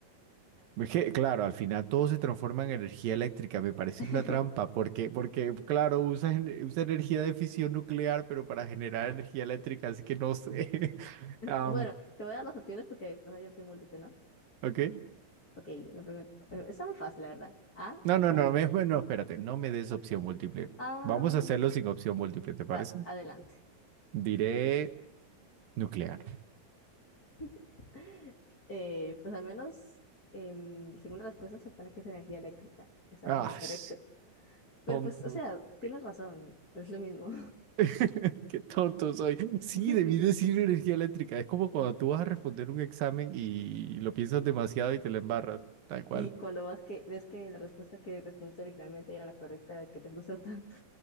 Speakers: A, on the right; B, on the left.
A: Es que, claro, al final todo se transforma en energía eléctrica. Me parece
B: <laughs>
A: una trampa, porque, porque claro, usa, gen- usa energía de fisión nuclear, pero para generar energía eléctrica, así que no sé. <laughs> Am,
B: Bueno, te voy a dar las opciones porque pues, hay opción múltiple, ¿no?
A: ¿ok?
B: Ok, la pregunta. bueno, Está muy fácil, la verdad. A,
A: No,
B: meca.
A: no, no, me- no, espérate, no me des opción múltiple.
B: Ah,
A: Vamos a hacerlo sin opción múltiple, ¿te parece?
B: bueno, adelante.
A: Diré nuclear.
B: <laughs> Eh, pues al menos, em, según la respuesta, se supone que es energía eléctrica. Estabas
A: Ah,
B: en lo correcto.
A: s-
B: Pero
A: tonto
B: pues, o sea, tienes
A: soy.
B: razón, es lo mismo.
A: <laughs> Qué tonto soy. Sí,
B: <laughs>
A: debí decir energía eléctrica. Es como cuando tú vas a responder un examen y lo piensas demasiado y te la embarras, tal cual.
B: Y cuando vas que, ves que la respuesta que respondiste originalmente era la correcta, que te frustra tanto.